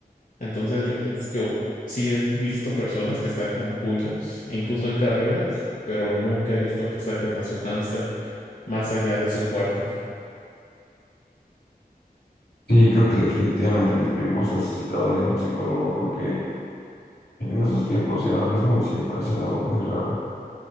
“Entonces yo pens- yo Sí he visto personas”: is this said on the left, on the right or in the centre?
Left